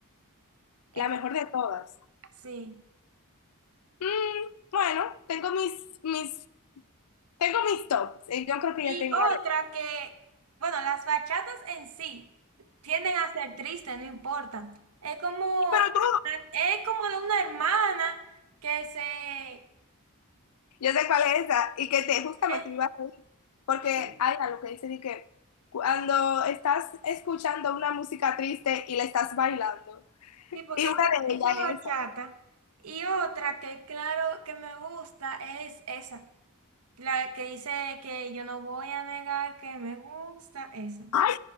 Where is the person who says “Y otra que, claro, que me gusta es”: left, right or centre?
Right